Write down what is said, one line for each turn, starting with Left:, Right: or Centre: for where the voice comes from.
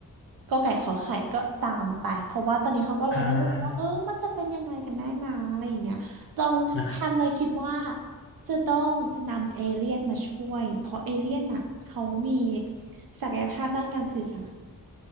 Right: ก็ไก่ขอไข่ก็ตามไปเพราะว่าตอนนี้เขาก็เลยไม่รู้ว่าเออมันจะเป็นยังไงกันแน่นาอะไรอย่างเงี้ยลองทำเลยคิดว่า
Left: อ่านะ
Right: จะต้องนำเอเลี่ยนมาช่วยเพราะเอเลี่ยนน่ะเขามีศักยภาพด้านการสื่อสาร